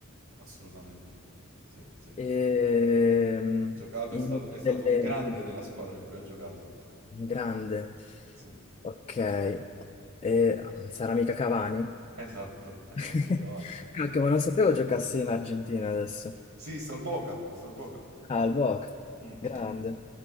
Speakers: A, on the right (about 85°); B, on the left (about 30°).
A: Assolutamente. Sì, sì.
B: Ehm,
A: giocato
B: in
A: è stato, è stato
B: delle-
A: un grande
B: in-
A: della squadra in cui ha giocato.
B: in grande.
A: Sì,
B: Ok. Eh, sarà mica Cavani?
A: esatto, esatto,
B: <laughs>
A: Cavani.
B: Cacchio,
A: <laughs>
B: ma non sapevo giocassi in Argentina adesso.
A: Sì, Salboca, Salboca.
B: Ah, il Boca.
A: Mm,
B: Grande.
A: mm.